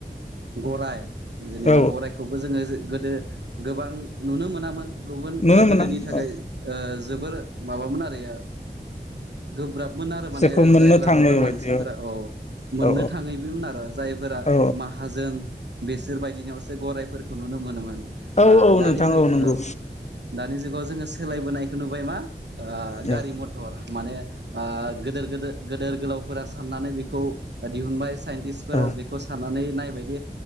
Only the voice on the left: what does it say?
औ
नुनो
मोना
औ
जेखौ मोननो
थाङो
बायदि
औ
औ
औ
नोंथां
नंगौ
औ
औ